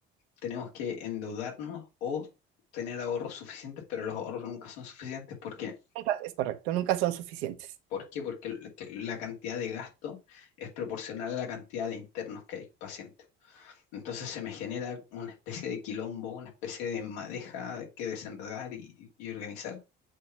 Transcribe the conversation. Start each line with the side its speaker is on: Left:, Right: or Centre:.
Left: Tenemos que endeudarnos o tener ahorros suficientes, pero los ahorros nunca son suficientes porque...
Right: Nunca- es correcto, nunca son suficientes.
Left: ¿Por qué? Porque l- que la cantidad de gasto es proporcional a la cantidad de internos que hay, pacientes. Entonces se me genera una especie de quilombo, una especie de madeja que desenredar y, y organizar.